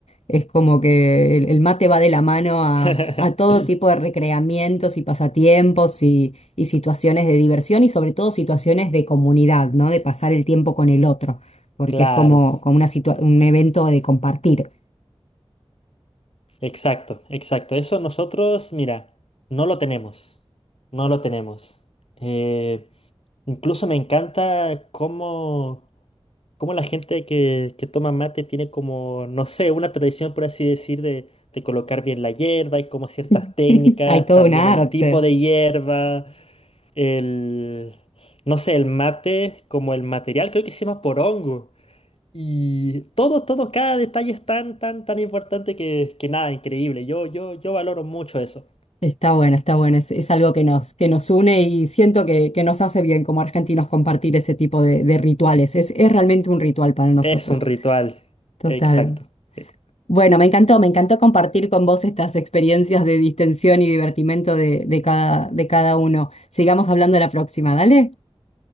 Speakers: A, on the left; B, on the left.
A: Es como que el, el mate va de la mano a,
B: <laughs>
A: a todo tipo de recreamientos y pasatiempos y, y situaciones de diversión y sobre todo situaciones de comunidad, ¿no? De pasar el tiempo con el otro, porque
B: Claro.
A: es como, como una situa- un evento de compartir.
B: Exacto, exacto. Eso nosotros, mira, no lo tenemos. No lo tenemos. Eh, incluso me encanta cómo, cómo la gente que, que toma mate tiene como, no sé, una tradición, por así decir, de, de colocar bien la hierba y como ciertas
A: <laughs>
B: técnicas,
A: Hay todo
B: también
A: un arte.
B: el tipo de hierba, el, no sé, el mate como el material, creo que se llama porongo. Y todo, todo, cada detalle es tan, tan, tan importante que, que nada, increíble. Yo, yo, yo valoro mucho eso.
A: Está bueno, está bueno. Es, es algo que nos, que nos une y siento que, que nos hace bien como argentinos compartir ese tipo de, de rituales. Es, es realmente un ritual para nosotros.
B: Es un ritual.
A: Total.
B: Exacto. Eh,
A: Bueno, me encantó, me encantó compartir con vos estas experiencias de distensión y divertimento de, de cada, de cada uno. Sigamos hablando la próxima, dale.